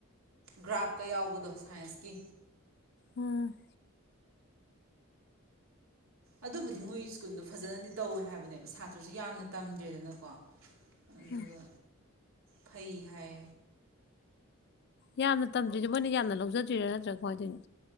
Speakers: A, on the right; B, on the left.
A: ꯒ꯭ꯔꯥꯐ ꯀꯌꯥꯎꯕꯗꯣ ꯁꯥꯏꯟꯁꯀꯤ
B: ꯎꯝ
A: ꯑꯗꯨꯕꯨꯗꯤ ꯃꯣꯏ ꯁ꯭ꯀꯨꯜꯗꯣ ꯐꯖꯅꯗꯤ ꯇꯧꯋꯦ ꯍꯥꯏꯕꯅꯦꯕ ꯁꯥꯇ꯭ꯔꯁꯨ ꯌꯥꯝꯅ ꯇꯝꯗ꯭ꯔꯦꯗꯅꯀꯣ ꯑꯗꯨꯒ
B: ꯎꯝ
A: ꯐꯩ ꯍꯥꯏ
B: ꯌꯥꯝꯅ ꯇꯝꯗ꯭ꯔꯤꯗꯣ ꯃꯣꯏꯅ ꯌꯥꯝꯅ ꯂꯧꯖꯗ꯭ꯔꯤꯔꯥ ꯅꯠꯇ꯭ꯔꯥ ꯀꯃꯥꯏ ꯇꯧꯔꯤꯅꯣ